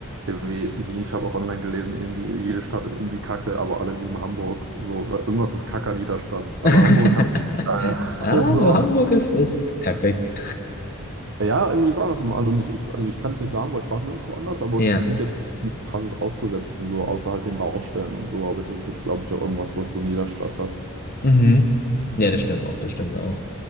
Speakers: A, on the right; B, on the left.
A: irgendwie, lie- ich habe auch online gelesen, irgendwie jede Stadt ist irgendwie kacke, aber alle lieben Hamburg. So, äh, irgendwas ist kacke an jeder Stadt.
B: <laughs>
A: Aber Hamburg, Hamburg ist geil.
B: Ah,
A: <laughs> So.
B: so Hamburg ist, ist perfekt.
A: Ja, irgendwie sagen das immer alle. Und ich, ich, also ich kann es nicht sagen, weil ich war nirgendwo anders, aber
B: Ja.
A: ich finde jetzt auch nichts Krasses auszusetzen, so außer halt den Baustellen und so. Aber das ist jetzt, glaube ich, auch irgendwas, was du in jeder Stadt hast.
B: Mhm. Ja, das stimmt auch, das stimmt auch.